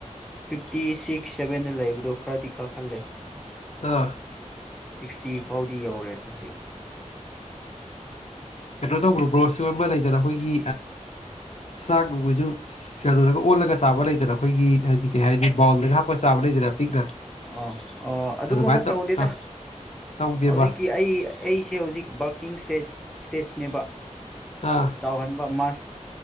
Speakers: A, in the centre; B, on the left.
A: ꯐꯤꯐꯇꯤ ꯁꯤꯛꯁ ꯁꯚꯦꯟꯗ ꯂꯩꯕꯗꯣ ꯈꯔꯗꯤ ꯀꯥꯈꯜꯂꯦ
B: ꯑꯥ
A: ꯁꯤꯛꯁꯇꯤ ꯐꯥꯎꯗꯤ ꯌꯧꯔꯦ ꯍꯧꯖꯤꯛ
B: ꯀꯩꯅꯣ ꯇꯧꯕ꯭ꯔꯣ ꯒ꯭ꯔꯣꯁꯁꯨ ꯑꯃ ꯂꯩꯗꯅ ꯑꯩꯈꯣꯏꯒꯤ ꯆꯥꯛ ꯅꯨꯡꯕꯩꯁꯨ ꯀꯨꯔꯒ ꯑꯣꯜꯂꯒ ꯆꯥꯕ ꯂꯩꯗꯅ ꯑꯩꯈꯣꯏꯒꯤ ꯍꯥꯏꯗꯤ ꯀꯩ ꯍꯥꯏꯅꯤ ꯕꯥꯎꯜꯗꯒ ꯍꯥꯞꯄ ꯆꯥꯕ ꯂꯩꯗꯅ ꯄꯤꯛꯅ
A: ꯑꯣ ꯑꯣ ꯑꯗꯨꯒꯨꯝꯕ
B: ꯑꯗꯨꯃꯥꯏꯅ ꯇꯧ
A: ꯇꯧꯗꯦꯗ
B: ꯇꯧ ꯇꯧꯗꯦꯕ
A: ꯍꯧꯖꯤꯛꯀꯤ ꯑꯩ ꯑꯩꯁꯦ ꯍꯧꯖꯤꯛ ꯕꯥꯔꯀꯤꯡ ꯏꯁꯇꯦꯖ ꯏꯁꯇꯦꯖꯅꯦꯕ
B: ꯑꯥ
A: ꯆꯥꯎꯍꯟꯕ ꯃꯥ